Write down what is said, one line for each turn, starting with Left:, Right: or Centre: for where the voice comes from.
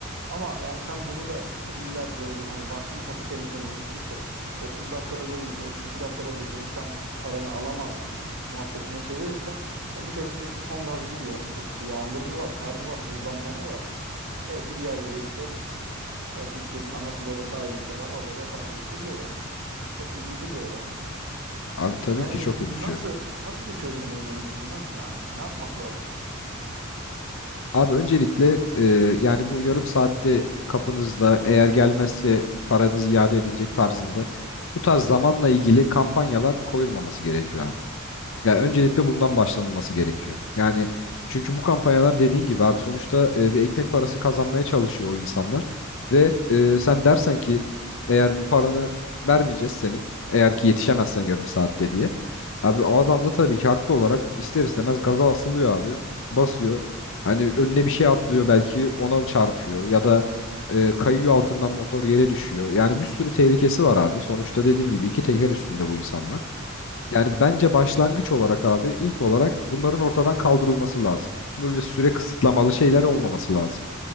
Right: Ama yani sen bunu da işte illaki böyle bir hani vahşi kapitalizme dönüştürüp de 30 dakikada değil de işte 32 dakikada getirirsen paranı alamazsın muhabbetine çevirirsen ya bu çocuk da işte son gaz gidiyor. Belki işte yağmur mu var, kar mı var, buzlanma mı var? Belki bir yerde de işte Belki bu çocuğun anası babası ailesi de var. Orada vefat edip gidiyor yani. Çok üzücü bir olay.
Left: Abi tabii
Right: Yani
Left: ki çok üzücü.
Right: nasıl nasıl bir çözüm bulunabilir buna ki yani? Ne yapmak lazım?
Left: Abi öncelikle e, yani bu yarım saatte kapınızda eğer gelmezse paranız iade edilecek tarzında bu tarz zamanla ilgili kampanyalar koyulmaması gerekiyor abi. Ya öncelikle bundan başlanılması gerekiyor. Yani çünkü bu kampanyalar dediğin gibi abi sonuçta e, bir ekmek parası kazanmaya çalışıyor o insanlar. Ve e, sen dersen ki eğer bu paranı vermeyeceğiz senin eğer ki yetişemezsen yarım saatte diye. Abi o adam da tabii ki haklı olarak ister istemez gaza asılıyor abi basıyor. Hani önüne bir şey atlıyor belki ona çarpıyor ya da e, kayıyor altından motor yere düşüyor. Yani bir sürü tehlikesi var abi. Sonuçta dediğim gibi iki teker üstünde bu insanlar. Yani bence başlangıç olarak abi ilk olarak bunların ortadan kaldırılması lazım. Böyle süre kısıtlamalı şeyler olmaması
Right: Ya,
Left: lazım.